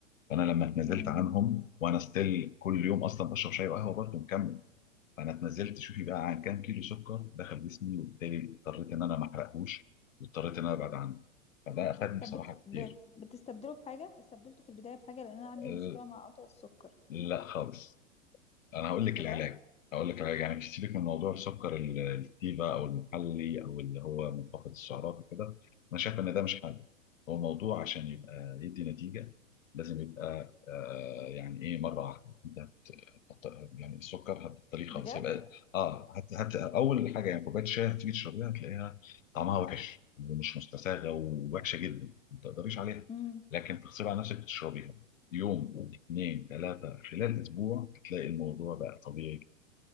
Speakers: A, on the left; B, on the left.
A: فانا لما اتنزلت
B: امم
A: عنهم وانا ستيل كل يوم اصلا بشرب شاي وقهوه برضه مكمل فانا اتنزلت شوفي بقى عن كام كيلو سكر دخل جسمي وبالتالي اضطريت ان انا ما احرقهوش واضطريت ان انا ابعد عنه فده افادني بصراحه
B: طب بت... ب...
A: كتير
B: بتستبدله بحاجة استبدلته في البداية بحاجة لأن أنا عندي
A: أه
B: مشكلة مع قطع السكر
A: لا خالص انا هقول لك
B: بجد
A: العلاج هقول لك العلاج يعني سيبك من موضوع السكر ال- الكتيفه او المحلي او اللي هو منخفض السعرات وكده انا شايف ان ده مش حل هو موضوع عشان يبقى يدي نتيجه لازم يبقى آه يعني ايه مره واحده هت- يعني السكر هتبطليه خالص
B: بجد
A: هيبقى اه هت... هت... اول حاجه يعني كوبايه شاي هتيجي تشربيها هتلاقيها طعمها وحش مش مستساغه ووحشه جدا ما تقدريش عليها
B: امم
A: لكن تغصبي على نفسك تشربيها يوم اثنين ثلاثه خلال اسبوع هتلاقي الموضوع بقى طبيعي جدا.